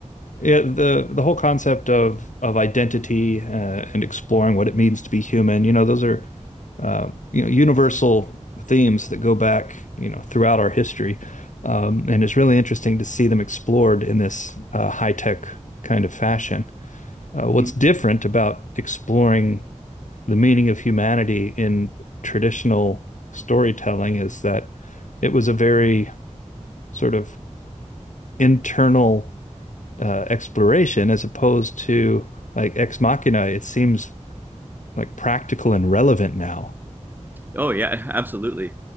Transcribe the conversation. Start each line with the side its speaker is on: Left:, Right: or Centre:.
Left: Yeah, the the whole concept of of identity uh, and exploring what it means to be human, you know, those are uh, you know universal themes that go back, you know, throughout our history, um, and it's really interesting to see them explored in this uh, high tech kind of fashion. Uh, what's
Right: Mm.
Left: different about exploring the meaning of humanity in traditional storytelling is that it was a very sort of internal uh, exploration as opposed to like Ex Machina. It seems like practical and relevant now.
Right: Oh yeah, <laughs> absolutely.